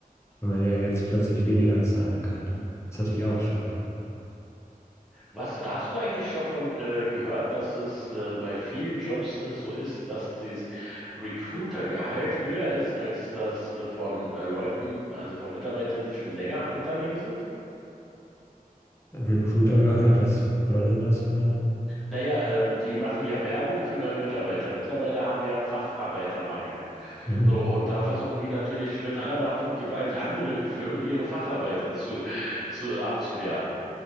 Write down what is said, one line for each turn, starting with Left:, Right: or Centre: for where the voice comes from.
Left: wenn man ja jetzt plötzlich weniger zahlen kann. Das hatte ich auch schon.
Centre: Was hast du eigentlich davon äh, gehört, dass es äh, bei vielen Jobs äh, so ist, dass das Recruiter-Gehalt höher ist als das äh, von äh, Leuten, also von Mitarbeitern, die schon länger im Unternehmen sind?
Left: Recruitergehalt, was bedeutet das genau?
Centre: Naja, ähm, die machen ja Werbung für neue Mitarbeiter. Mittlerweile haben wir ja einen Facharbeitermangel.
Left: Mhm.
Centre: So, und da versuchen die natürlich mit aller Macht und Gewalt anderen Firmen ihre Facharbeiter zu, zu abzuwerben.